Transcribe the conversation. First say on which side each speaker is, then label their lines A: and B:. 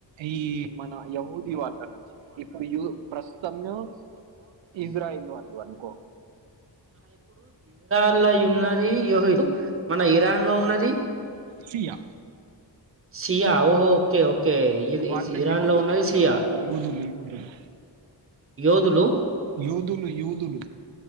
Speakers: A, on the right; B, on the right.
A: ఈ మన యహూద వాళ్ళక నుంచి ఇప్పుడుయు ప్రస్తుతయు ఇస్రాయేల్ వంది అ
B: ఇడ ఉన్నది యుహై మన ఇరాన్ లో ఉన్నది
A: ఫీయా
B: సియా ఓహో ఓకే ఓకే
A: వాళ్ళు
B: ఇరాన్
A: యోదులు
B: లో ఉన్నది
A: అంట
B: సియా
A: యుదులు యుదులు
B: యోధులు
A: యూదులు యూదులు